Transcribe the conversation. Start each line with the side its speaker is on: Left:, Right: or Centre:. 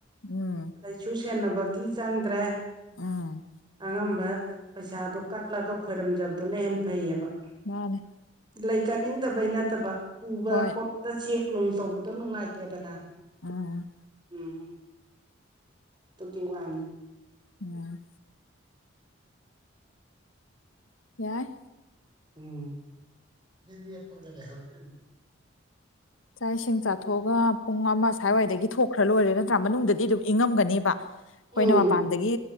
Left: ꯎꯝ
Right: ꯂꯩꯥꯁꯨ ꯁꯦꯟꯅꯕꯒꯤ ꯆꯪꯗ꯭ꯔꯦ
Left: ꯎꯝ
Right: ꯑꯉꯝꯕ ꯄꯩꯁꯥꯗꯣ ꯀꯠꯂꯒ ꯈꯣꯏꯔꯝꯖꯕꯗꯨꯅ ꯍꯦꯟꯅ ꯐꯩꯌꯦꯕ
Left: ꯃꯥꯅꯦ
Right: ꯂꯩ ꯀꯠꯅꯤꯡꯗꯕꯩ ꯅꯠꯇꯕ ꯄꯨꯕꯗ
Left: ꯍꯣꯏ
Right: ꯈꯣꯠꯄꯗ ꯆꯦꯛ ꯅꯨꯡ ꯇꯧꯕꯗꯣ ꯅꯨꯡꯉꯥꯏꯇꯦꯗꯅ
Left: ꯎꯝ
Right: ꯎꯝ ꯇꯨꯒꯤ ꯋꯥꯅꯤ
Left: ꯎꯝ ꯌꯥꯏ
Right: ꯎꯝ ꯗꯤ ꯌꯦꯞꯄꯒ ꯂꯩꯍꯧꯗꯣꯏꯅꯤ
Left: ꯆꯥꯛ ꯏꯁꯤꯡ ꯆꯥꯊꯣꯛꯑꯒ ꯄꯨꯡ ꯑꯃ ꯁꯥꯋꯥꯏꯗꯒꯤ ꯊꯣꯛꯈ꯭ꯔ ꯂꯣꯏꯔꯦ ꯅꯠꯇ꯭ꯔꯥ ꯃꯅꯨꯡꯗꯗꯤ ꯑꯗꯨꯝ ꯏꯪꯉꯝꯒꯅꯦꯕ ꯑꯩꯈꯣꯏꯅ
Right: ꯎꯝ
Left: ꯃꯄꯥꯟꯗꯒꯤ